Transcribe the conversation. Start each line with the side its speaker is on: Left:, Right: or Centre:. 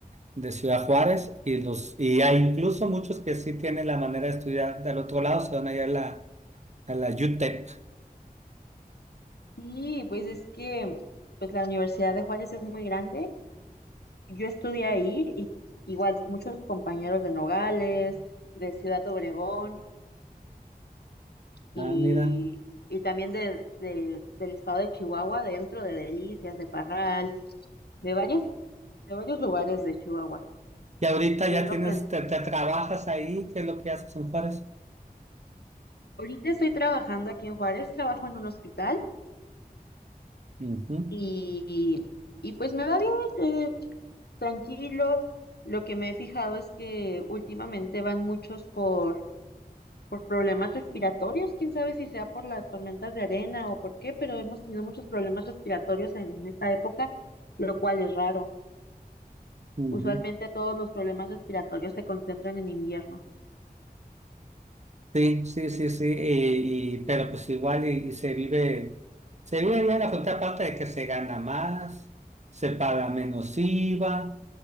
Right: de Ciudad Juárez y los y hay incluso muchos que sí tienen la manera de estudiar del otro lado, se van allá a la, a la UTEP.
Left: Sí, pues es que pues la Universidad de Juárez es muy grande. Yo estudié ahí y igual muchos compañeros de Nogales, de Ciudad Obregón. y,
Right: Ah, mira.
Left: y también de, de- del estado de Chihuahua, dentro de Delicias, de Parral, de varios, de varios lugares de Chihuahua.
Right: Y ahorita ya
Left: Yo no
Right: tienes,
Left: pen-
Right: te, te trabajas ahí, ¿qué es lo que haces en Juárez?
Left: Ahorita estoy trabajando aquí en Juárez, trabajo en un hospital
Right: Ujú,
Left: y, y y pues me va bien, eh, tranquilo. Lo que me he fijado es que últimamente van muchos por, por problemas respiratorios, quién sabe si sea por las tormentas de arena o por qué, pero hemos tenido muchos problemas respiratorios en esta época, lo cual es raro.
Right: ujú.
Left: Usualmente todos los problemas respiratorios se concentran en invierno.
Right: Sí, sí, sí, sí, y, y- pero pues igual y, y se vive, se vive bien la frontera contraparte de que se gana más, se paga menos IVA,